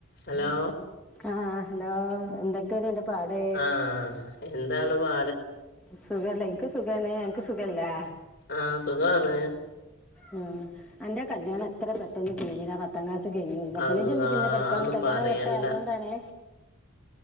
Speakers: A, on the left; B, in the centre.
A: Hello
B: ആഹ് hello എന്തെക്കെടി അന്റെ പാട്
A: ആ എന്താണ് പാ
B: സുഖല്ലേ ഇൻക്ക് സുഖാണ് അൻക്ക് സുഖല്ലാ
A: ആ സുഖാണ്
B: ഉം അന്റെ കല്യാണം എത്ര പെട്ടെന്ന് കെയ്ഞ്ഞതാ പത്താം ക്ലാസ് ന്ന് കയ്ഞ്ഞ്ണ് ന്നട്ടന്നെ
A: അല്ലാ
B: ഇജ്ജെന്തെ‌ പിന്നെ പഠിക്കാ
A: ഒന്നും
B: വ കല്ല്യാണം
A: പറയണ്ട
B: പെട്ടായതാേണ്ടാണ്